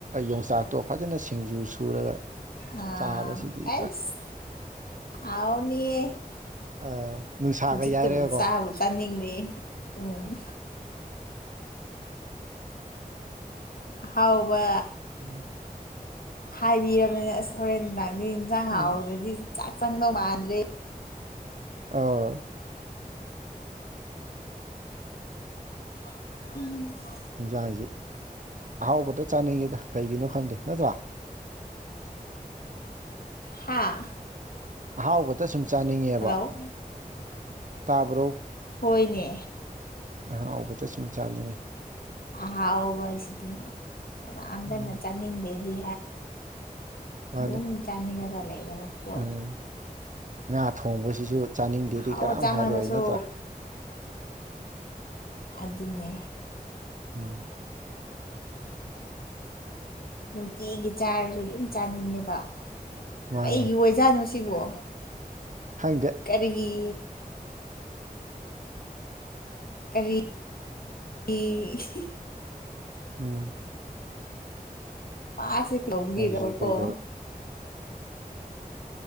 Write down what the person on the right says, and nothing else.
ꯌꯣꯡꯆꯥꯛꯇꯣ ꯐꯖꯅ ꯁꯤꯡꯖꯨ ꯁꯨꯔꯒ
ꯆꯥꯕꯁꯤꯗꯤ
ꯑꯁ
ꯑ, ꯅꯨꯡꯁꯥꯒ
ꯌꯥꯏꯔꯒꯀꯣ
ꯎꯝ
ꯎꯝ
ꯑꯧ
ꯌꯦꯟꯁꯥꯡꯁꯤ ꯑꯍꯥꯎꯕꯇ ꯆꯥꯅꯤꯡꯉꯦꯗ ꯀꯩꯒꯤꯅꯣ ꯈꯪꯗꯦ ꯅꯠꯇ꯭ꯔꯥ
ꯑꯍꯥꯎꯕꯇ ꯁꯨꯝ ꯆꯥꯅꯤꯡꯉꯦꯕ
ꯇꯥꯕ꯭ꯔꯣ
ꯑꯍꯥꯎꯕꯇ ꯁꯨꯝ ꯆꯥꯅꯤꯡꯉꯤ
ꯎꯝ
ꯃꯥꯅꯤ
ꯎꯝ ꯉꯥ ꯊꯣꯡꯕꯁꯤꯁꯨ ꯆꯥꯅꯤꯡꯗꯦꯗꯤ
ꯀꯅꯥꯝ
ꯍꯥꯏꯔꯣꯏ ꯅꯠꯇ꯭ꯔꯥ
ꯎꯝ
ꯃꯥꯅꯤ
ꯈꯪꯗꯦ
ꯎꯝ
ꯃꯣꯏꯁꯦ ꯀꯩꯗꯧ